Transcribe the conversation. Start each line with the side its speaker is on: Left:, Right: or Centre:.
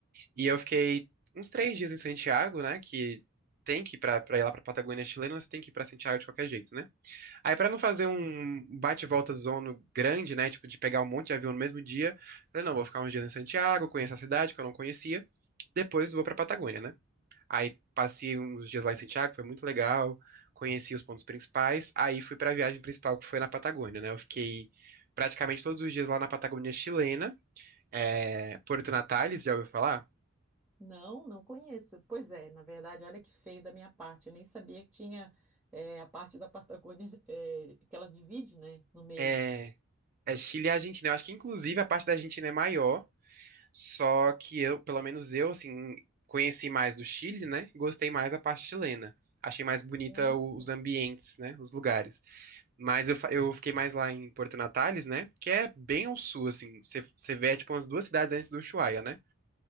Right: e eu fiquei uns 3 dias em Santiago, né, que tem que ir pra, pra ir lá pra Patagônia chilena, você tem que ir pra Santiago de qualquer jeito, né. Aí pra não fazer um bate-volta zono grande, né, tipo, de pegar um monte de avião no mesmo dia, eu falei, não, vou ficar uns dias em Santiago, conhecer a cidade que eu não conhecia, depois vou pra Patagônia, né. Aí passei uns dias lá em Santiago, foi muito legal. Conheci os pontos principais. Aí fui pra viagem principal, que foi na Patagônia, né? Eu fiquei praticamente todos os dias lá na Patagônia chilena. É, Porto Natales, já ouviu falar?
Centre: Não, não conheço. Pois é, na verdade, olha que feio da minha parte. Eu nem sabia que tinha eh, a parte da Patagônia <laughs> eh, que ela divide, né, no meio.
Right: É, é Chile e Argentina. Eu acho que, inclusive, a parte da Argentina é maior. Só que eu, pelo menos eu, assim, conheci mais do Chile, né? E gostei mais da parte chilena. Achei mais bonita
Centre: Hum.
Right: o- os ambientes, né? Os lugares. Mas eu, fa- eu fiquei mais lá em Porto Natales, né? Que é bem ao sul, assim. Você você vê, é, tipo, umas duas cidades antes do Ushuaia, né?